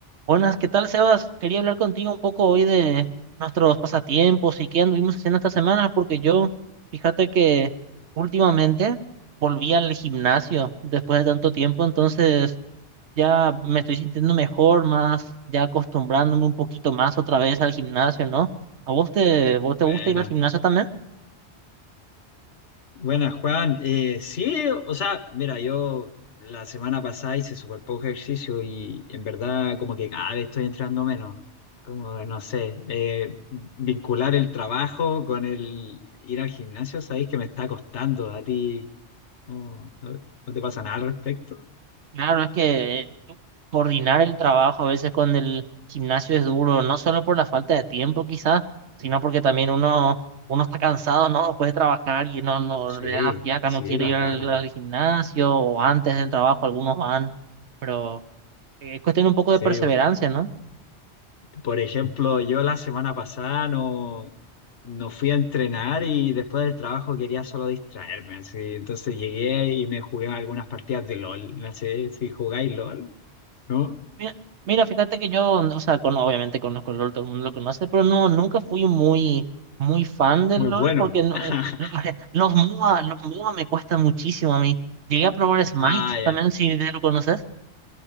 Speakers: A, on the right; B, on the left.
A: Buenas, ¿qué tal, Sebas? Quería hablar contigo un poco hoy de nuestros pasatiempos y qué anduvimos haciendo esta semana, porque yo, fíjate que últimamente volví al gimnasio después de tanto tiempo, entonces ya me estoy sintiendo mejor, más ya acostumbrándome un poquito más otra vez al gimnasio, ¿no? ¿A vos te, vos te
B: Buena,
A: gusta ir al gimnasio también?
B: buena, Juan. Eh, sí, o sea, mira, yo la semana pasada hice súper poco ejercicio y en verdad como que cada vez estoy entrando menos. Como, no sé, eh, vincular el trabajo con el ir al gimnasio, sabéis que me está costando a ti. cómo- ¿No, no te pasa nada al respecto?
A: Claro, es que eh, coordinar el trabajo a veces con el gimnasio es duro, no solo por la falta de tiempo quizás, sino porque también uno, uno está cansado, ¿no? puede trabajar y no, no
B: Sí,
A: le da fiaca,
B: sí,
A: no quiere
B: las
A: ir al,
B: ganas.
A: al gimnasio o antes del trabajo algunos van, pero eh, es cuestión un poco
B: Sí,
A: de perseverancia, ¿no?
B: por ejemplo, yo la semana pasada no. No fui a entrenar y después del trabajo quería solo distraerme, así. Entonces llegué y me jugué algunas partidas de LOL. No sé si jugáis LOL, ¿no?
A: Mira, mira, fíjate que yo, o sea, con, obviamente conozco el LOL, todo el mundo lo conoce, pero no, nunca fui muy, muy fan del
B: Muy
A: LOL
B: bueno.
A: porque no,
B: <laughs>
A: lo- <laughs> los MOA, los MOA me cuestan muchísimo a mí. Llegué a probar Smite
B: Ah, ya.
A: también, si de- lo conoces.